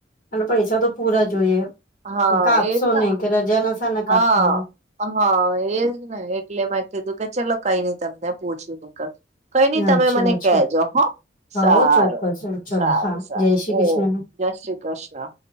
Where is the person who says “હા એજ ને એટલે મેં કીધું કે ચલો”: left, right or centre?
Right